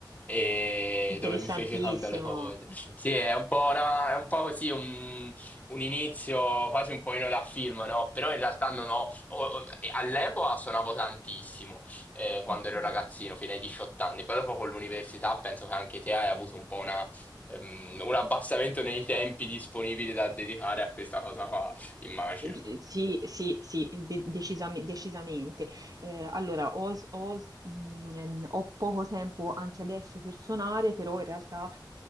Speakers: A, on the left; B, on the right.
A: E
B: Interessantissimo.
A: dove mi fece cambiare le corde. Sì, è un po', una- è un po' così, un inizio quasi un pochino da film, no? Però in realtà non ho... o- o- all'epoca suonavo tantissimo, eh, quando
B: Ok.
A: ero
B: Eh,
A: ragazzino, fino ai 18 anni. Poi dopo con l'università penso che anche te hai avuto un po' una, ehm, un abbassamento nei tempi disponibili da dedicare a questa cosa qua, immagino.
B: b- Sì, sì, sì, de- decisam- decisamente. Eh, allora, ho, s- ho s- mh, ho poco tempo anche adesso per suonare, però in realtà